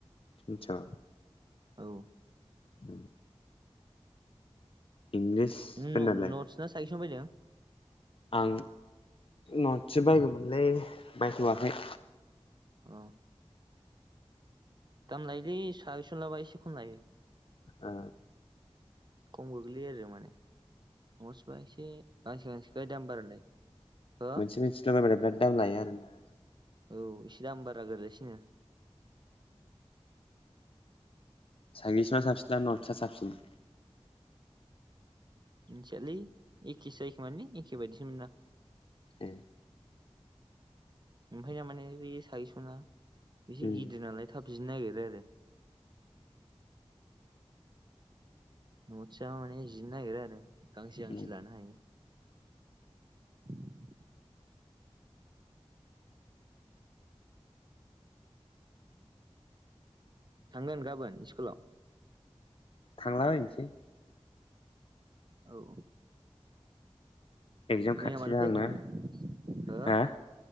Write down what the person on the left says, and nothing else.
आनचा
औ इंलिसफोरनालाय
आं नटसो बायगौमोनलै बायथ'वाखै
ओ
मोनसे मोनसेल' बायबाथाय बिराद दाम लायो आरो ना
सागेसा साबसिन दा नर्थ्सआ साबसिन
ए
उम
उम
थांलाबायनोसै
एगजाम खाथि
आंना
हा